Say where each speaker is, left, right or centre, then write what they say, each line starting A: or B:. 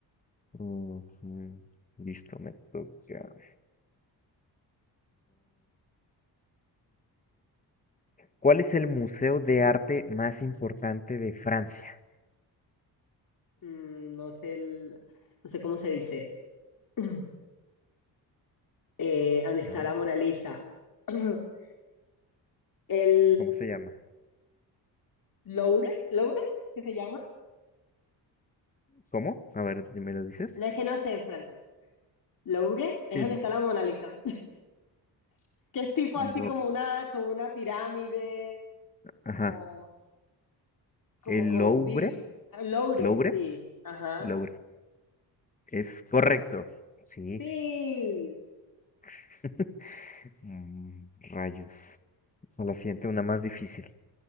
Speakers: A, on the left; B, on the left.
A: Ujú, Listo, me toca. ¿Cuál es el museo de arte más importante de Francia?
B: Mm, no sé el- no sé cómo se dice. <clears throat> Eh, ¿dónde está
A: Ah,
B: la Mona Lisa? <clears throat> El
A: ¿Cómo se llama?
B: Louvre, Louvre, ¿qué se llama?
A: ¿Cómo? A ver, ¿me lo dices?
B: No es que no sé en francés. Louvre
A: Sí,
B: es donde
A: sí.
B: está la Mona Lisa, <laughs> que es tipo así
A: Lo-
B: como una, como una pirámide,
A: ajá.
B: como, como
A: El
B: con
A: Louvre,
B: di- Louvre,
A: Louvre,
B: sí, ajá.
A: Louvre. Es correcto. Sí.
B: Sí.
A: <laughs> Mm, rayos. A la siguiente, una más difícil.